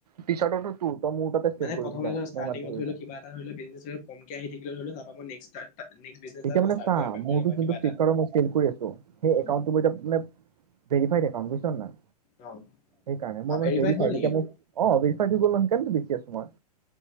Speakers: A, on the right (about 75°); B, on the left (about 35°).
A: টি - চাৰ্টৰতটো তোৰ। তই মোৰ তাতে চেল
B: মানে
A: কৰিবি
B: প্ৰথম
A: যা
B: দিনৰ ষ্টাৰটিনং
A: মই ইমানটো কৰি
B: ধৰি
A: দিম
B: ল কিবা এটা ধৰি ল', কমকে আহি থাকিলে ধৰি ল', তাপা মই নেস্ক বিজনেজ
A: এতিয়া
B: এটা
A: মানে
B: ষ্টাৰ্ট
A: চা
B: কৰিব পাৰিম
A: মোৰতো
B: ধৰি ল বা
A: যোনটো
B: কিবা
A: ফ্লিপকাৰ্টত
B: এটা
A: মই চেল কৰি আছো। সেই
B: উম,
A: একাউণ্ট টো মানে, ভেৰিফাইড একাউনট, বুজিছ নাই।
B: অ'
A: সেইকাৰণে
B: বা
A: মই মানে
B: ভেৰিফাইড
A: <unintelligible>
B: হ'ল
A: এতিয়া
B: নেকি তোৰ?
A: মই অঁ ভেৰিফাইড হৈ গ'ল ন <unintelligible> দেখি আছো মই।